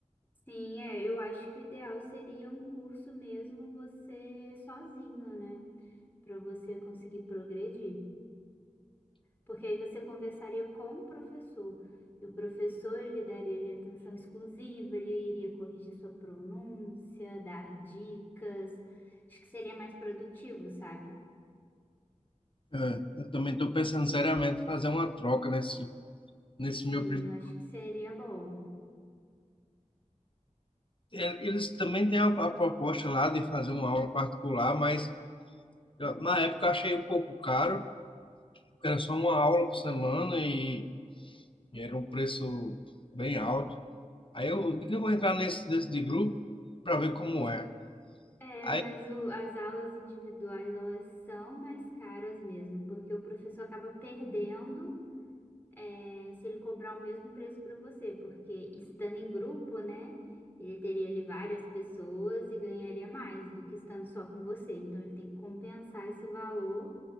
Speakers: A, on the left; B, on the left.
A: Sim, é, eu acho que o ideal seria um curso mesmo você sozinho, né? Para você conseguir progredir. Porque aí você conversaria com o professor. E o professor, ele daria ali atenção exclusiva, ele iria corrigir sua pronúncia, dar dicas. Acho que seria mais produtivo, sabe?
B: É, eu também estou pensando seriamente em fazer uma troca nesse nesse
A: Sim,
B: meu primeiro
A: eu acho que seria bom.
B: eh, eles também têm a, a proposta lá de fazer uma aula particular, mas eu- na época eu achei um pouco caro, porque era só uma aula por semana e, e era um preço bem alto. Aí eu digo que eu vou entrar nesse desse de grupo para ver como é.
A: É,
B: Aí
A: mas o- as aulas individuais, elas são mais caras mesmo, porque o professor acaba perdendo é, se ele cobrar o mesmo preço para você, porque estando em grupo, né, ele teria ali várias pessoas e ganharia mais do que estando só com você. Então ele tem que compensar esse valor